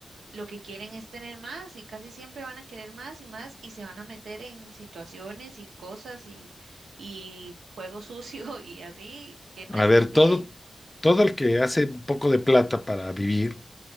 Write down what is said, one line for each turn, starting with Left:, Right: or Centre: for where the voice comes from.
Right: lo que quieren es tener más y casi siempre van a querer más y más y se van a meter en situaciones y cosas y, y juego sucio <laughs> y así que no
Left: A
Right: están
Left: ver,
Right: bien.
Left: todo, todo el que hace un poco de plata para vivir